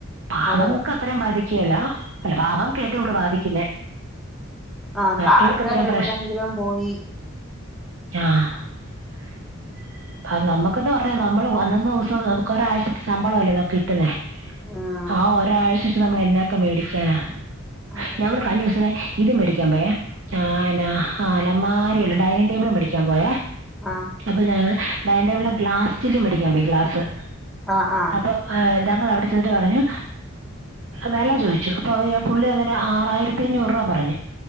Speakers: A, on the right (about 70°); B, in the centre.
A: പാവങ്ങൾക്ക്
B: അതെ
A: അത്രയും ബാധിക്കെല്ല അല്ല പാവങ്ങൾക്ക് ഏറ്റവും കൂടുതൽ ബാധിക്കുന്നേ.
B: ആ
A: മറ്റുള്ളവർക്ക്
B: കാഷ്കാർ
A: അത്രയും
B: എവിടെയെങ്കിലും പോയി
A: ആഹ് <inaudible> അ നമുക്കന്നാ പറഞ്ഞ നമ്മള് അന്നൊന്ന് ദിവസം നമുക്ക് ഒരാഴ്ചത്തെ ശമ്പള അല്ലേ നമുക്ക് കിട്ടുന്നേ?
B: ഉം
A: ആ ഒരാഴ്ച വെച്ച് നമ്മൾ എന്നൊക്കെ മേടിക്കാനാ
B: അതെ
A: ഞങ്ങള് കഴിഞ്ഞ ദിവസമേ- ഇത് മേടിക്കാൻ പോയേ പിന്നാ ആ അലമാരയല്ല ഡൈനിങ് ടേബിൾ മേടിക്കാൻ പോയേ?
B: ആഹ്
A: അപ്പോൾ ഞങ്ങൾ ഡയനിംഗ് ടേബിളെ ഗ്ലാസ്റ്റില മേടിക്കാൻ പോയി ഗ്ലാസ്സ്
B: ആ ആ
A: അപ്പോൾ ഹ് ഞങ്ങൾ അവിടെ ചെന്നിട്ട് പറഞ്ഞു വില ചോദിച്ചു അപ്പൊ അവ പുള്ളി അന്നനെ ആറായിരത്തി- അഞ്ഞൂറ് രൂപ പറഞ്ഞു